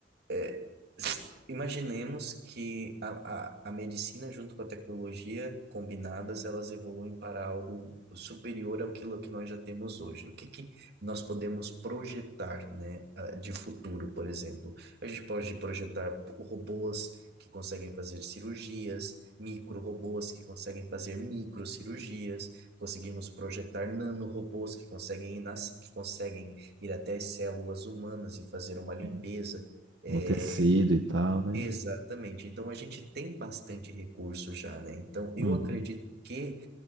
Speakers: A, on the right; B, on the right.
A: é, se- imaginemos que a, a, a medicina junto com a tecnologia combinadas, elas evoluem para algo superior àquilo que nós já temos hoje. O que que nós podemos projetar, né, ah, de futuro, por exemplo? A gente pode projetar robôs que conseguem fazer cirurgias, micro-robôs que conseguem fazer microcirurgias, conseguimos projetar nanorobôs que conseguem ir nas, que conseguem ir até as células humanas e fazer uma limpeza.
B: Sim.
A: É,
B: O tecido e tal, né?
A: exatamente. Então a gente tem bastante recurso já, né? Então eu
B: Uhum.
A: acredito que